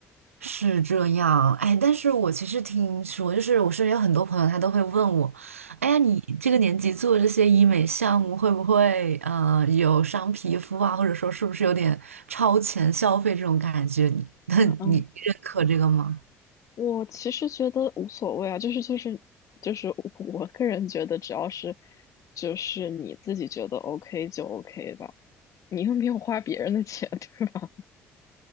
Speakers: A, on the right (about 80°); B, on the left (about 50°).
A: 是这样，哎，但是我其实听说，就是我身边有很多朋友，他都会问我，哎呀，你这个年纪做这些医美项目，会不会呃有伤皮肤啊，或者说是不是有点超前消费这种感觉？<laughs> 那你认可这个吗？
B: 嗯嗯，我其实觉得无所谓啊，就是就是就是我我个人觉得，只要是就是你自己觉得 OK 就 OK 吧。你又没有花别人的钱，对吧？